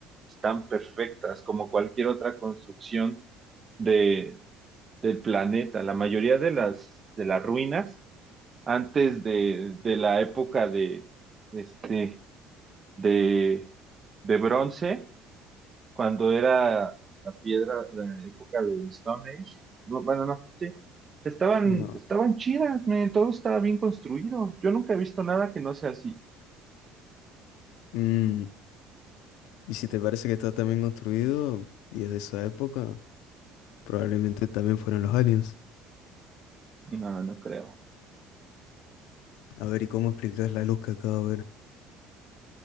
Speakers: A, on the right; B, on the left.
A: están perfectas, como cualquier otra construcción de, del planeta. La mayoría de las, de las ruinas antes de, de la época de, de este, de, de bronce, cuando era la piedra, la época del Stone Age. No, bueno, no, sí. Estaban,
B: No.
A: estaban chidas, men, todo estaba bien construido. Yo nunca he visto nada que no sea así.
B: Mm, Y si te parece que está tan bien construido y es de esa época, probablemente también fueron los aliens.
A: No, no creo.
B: A ver, ¿y cómo explicar la luz que acabo de ver?